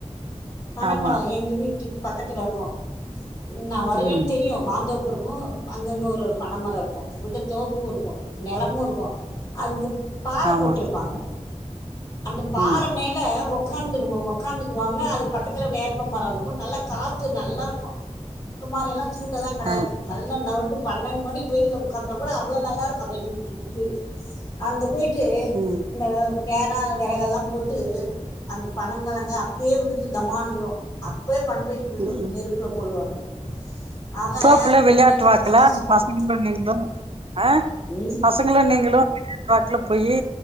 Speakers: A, on the left; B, on the right.
A: பனம்பழம்
B: ஆமா
A: எங்க வீட்டுக்கு பக்கத்துல இருக்கும் நான் வருவேனு
B: ம்
A: தெரியும் மாந்தோப்பு இருக்கு அங்கங்க ஒரு ஒரு பனமரம் இருக்கு உள்ள தோப்பும் இருக்கு நிலமும் இருக்கு அதுங்க பாற
B: ஆமா
A: போட்ருப்பாங்க அந்த பாற
B: ம்
A: மேல உக்காந்து உகாந்துக்குவாங்க அது பக்கத்துல வேப்போ மரோ இருக்கு நல்லா காத்து நல்லா இருக்கு இப்ப மாரி எல்லா சூடெல்லா கிடையாது
B: ஆ
A: நல்லா நடு பன்னெண்டு மணி வெயில்ல உட்காந்தா கூட அவ்வளோ நல்லாருக்கும் <unintelligible> அங்க போயிட்டு
B: ம்
A: இந்த வேர விறகெல்லாம் போட்டு அந்த ப பணோ கிழங்க அப்பே விழுந்து தமாந்துரு அப்பே கொண்டு போய்
B: ம் ம்.
A: நெருப்புல போடுவாங்க ஆக
B: தோப்புல விளையாட்டுவாக்கல
A: உடனே தொட்டா கசக்கும்
B: பசங்க ஆ
A: ம்.
B: பசங்களா நீங்களும் நடவாக்குல போயி